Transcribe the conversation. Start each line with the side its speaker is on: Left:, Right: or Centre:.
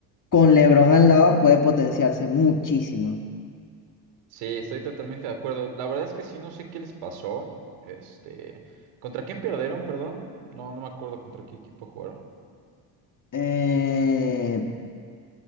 Left: con LeBron al lado puede potenciarse muchísimo.
Right: Sí, estoy totalmente de acuerdo. La verdad es que sí, no sé qué les pasó. Este, ¿contra quién perdieron, perdón? No, no me acuerdo contra qué equipo jugaron.
Left: Eh,